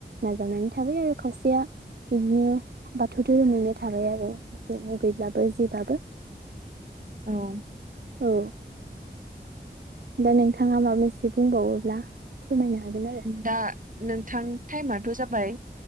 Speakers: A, on the right (about 65°); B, on the right (about 50°).
A: नाजावनानै थाबाय आरो खावसेया। बिदिनो बाथौ धोरोमैनो थाबाय आरो मुगैब्लाबो जिब्लाबो।
B: औ
A: औ दा नोंथाङा माबा मोनसे बुंबावो ब्ला फोरमायनो हागोन आरो।
B: दा नोंथां टाइमाथ' जाबाय